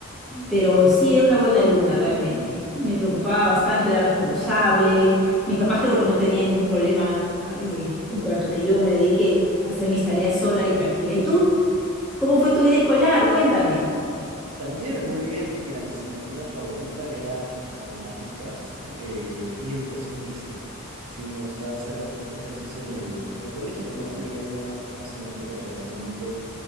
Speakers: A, in the centre; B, on the right.
A: Pero sí era una buena alumna realmente. Me preocupaba bastante, era responsable. Mis papás creo que no tenían ningún problema eh, en cuanto a que yo me dedique a hacer mis tareas sola y tranquila. ¿Y tú? ¿Cómo fue tu vida escolar? Cuéntame.
B: También, muy bien. Mira, mi asignatura favorita era matemáticas eh, y educación física. Sí, me gustaba hacer bastante ejercicio en el, en el colegio, ¿no? Ahí había una asignatura que básicamente